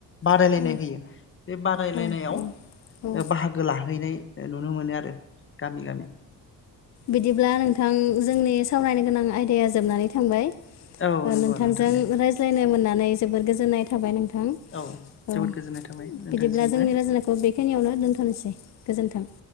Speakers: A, on the left (about 35°); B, on the left (about 50°).
A: बादायलायनाय
B: औ
A: होयो बे बादायलायनायाव
B: औ औ औ
A: ओ बाहागो ला <unintelligible> नुनो मोनो आरो। गामि गामि‌
B: बिदिब्ला नोंथां जोंनि सावरायनो गोनां आयदाया जोबनानै थांबाय ओ
A: औ नंगौ
B: नोंथांजों
A: नोंथां दे
B: रायज्लायनो मोनना नानै जोबोर गोजोननाय थाबाय नोंथां।
A: औ जोबोद
B: ओ
A: गोजोननाय थाबाय नोंथांसिमबो
B: बिदिब्ला जोंनि रायज्लायनायखौ बेखिनियावनो दोन्थ'नोसै गोजोन्थों।